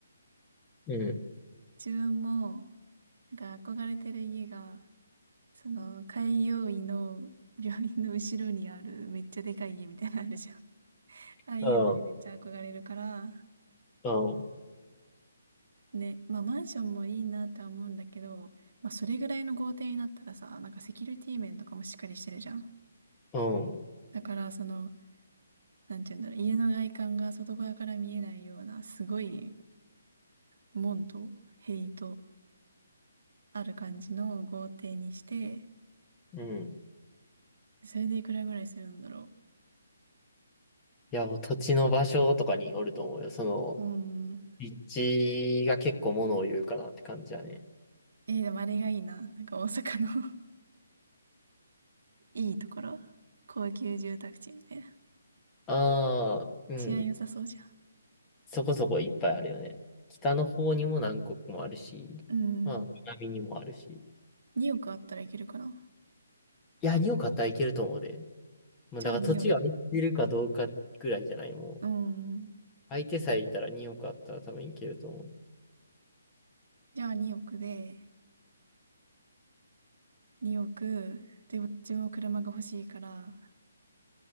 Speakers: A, on the left; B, on the right.
A: うん。
B: 自分も、なんか憧れてる家が、その、開業医の病院の後ろにあるめっちゃでかい家みたいなのあるじゃん。<laughs> ああいうのにめっちゃ憧れるから、
A: うん。うん。
B: ね、まあマンションもいいなっては思うんだけど、まあそれぐらいの豪邸になったらさ、なんかセキュリティ面とかもしっかりしてるじゃん。
A: うん。
B: だからその、なんて言うんだろう、家の外観が外側から見えないような、すごい、門と塀とある感じの豪邸にして、
A: うん。
B: それでいくらぐらいするんだろ
A: いや、もう土地の場所とかによると思うよ。その、
B: う。うーん。
A: 立地が結構ものを言うかなって感じだね。
B: えー、でもあれがいいな。なんか大阪の <laughs> いいところ。高級住宅地みたいな。
A: ああ、うん。
B: 治安良さそうじゃ
A: そこそこいっぱいあるよね。北の方にも南国もあるし、
B: ん。うん。
A: まあ、南にもあるし。
B: 2億あったらいけるかな。
A: いや、におかったらいけると思うで。もうだから土地が空いてるかどうかぐらいじゃない、
B: じゃあ2億。
A: もう。
B: うん。
A: 相手さえいたらにおかあったら多分いけると思
B: じゃあ2億で、2億。で、うちも車が欲しいから、